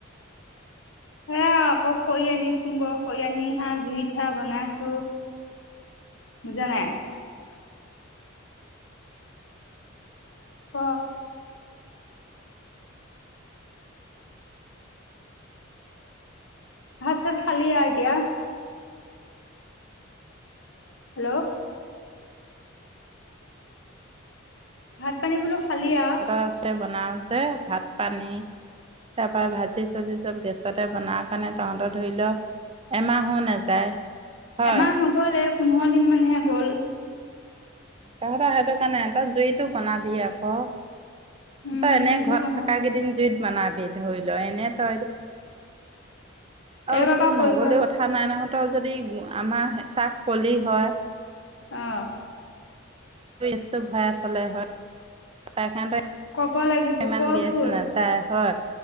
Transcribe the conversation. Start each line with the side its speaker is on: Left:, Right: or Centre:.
Left: সেয়া আকৌ খৰি আনিছোং গৈ, খৰি আনি সেয়া জুইত হে বনাইছোঁ। বুজা নাই? ক। ভাত চাত খালি আৰু এতিয়া? হেল্ল'? ভাত পানী বোলো খালি আ
Right: <unintelligible> বনাওঁ যে, ভাত পানী। তাৰ পৰা ভাজি চাজি চব গেছতে বনাওঁ কাৰণে তহঁতৰ ধৰি ল এমাহো নাযায়। হয়।
Left: এমাহ নগ'ল এ পোন্ধৰ দিন মানহে গ'ল।
Right: তহঁতৰ সেইটো কাৰণে তই জুইটো বনাবি আকৌ।
Left: উম
Right: বা এনেই
Left: জুইটো
Right: ঘৰত
Left: বনাব
Right: থকা কেইদিন জুইত বনাবি ধৰি লৈ, এনে তই, আৰু
Left: এই বাপা
Right: তোৰ
Left: কৰিব
Right: নগ'লেওঁ <unintelligible> যদি আমাৰ হে তাক কলি হয়।
Left: অ'।
Right: গেছটো ভৰাই থ'লে হয়। <unintelligible>
Left: ক'ব লাগিব
Right: ইমান
Left: কৈছো
Right: গেছ নাযায় হয়।